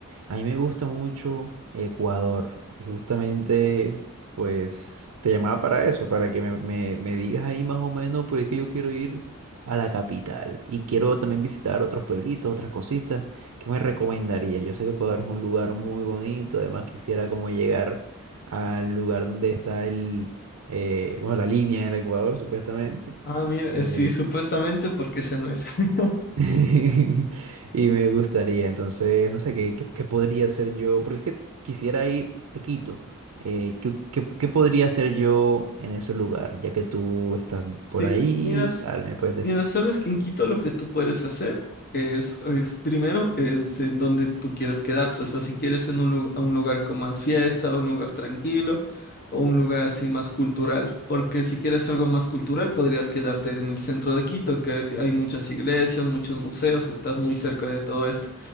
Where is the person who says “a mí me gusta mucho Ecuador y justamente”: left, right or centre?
Right